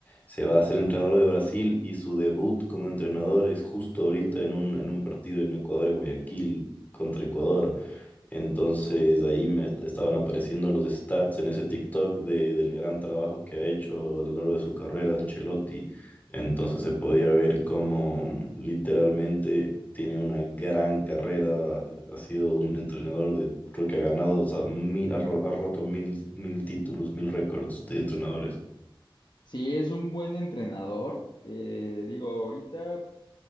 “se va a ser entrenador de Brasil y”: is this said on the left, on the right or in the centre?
Left